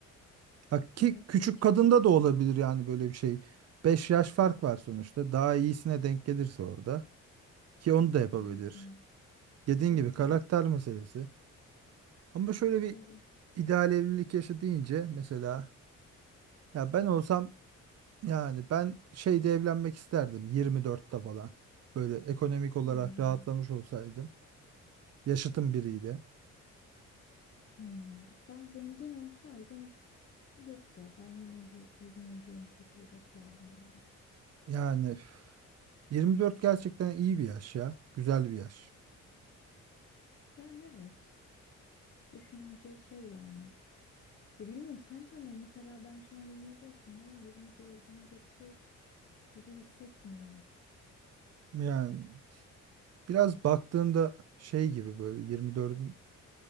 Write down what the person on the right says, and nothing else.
Ha, ki
küçük
kadında
da olabilir yani böyle bir şey. beş yaş fark var sonuçta. Daha iyisine denk gelirse orada. Ki onu da yapabilir.
Dediğin
gibi karakter
meselesi. Ama şöyle bir
ideal evlilik yaşı deyince mesela ya ben olsam yani ben şeyde evlenmek isterdim 24'te falan. Böyle ekonomik olarak
rahatlamış olsaydım. Yaşıtım biriyle.
Yani üf, 24 gerçekten iyi bir yaş ya. Güzel bir yaş.
Yani Biraz baktığında şey gibi böyle 24'ün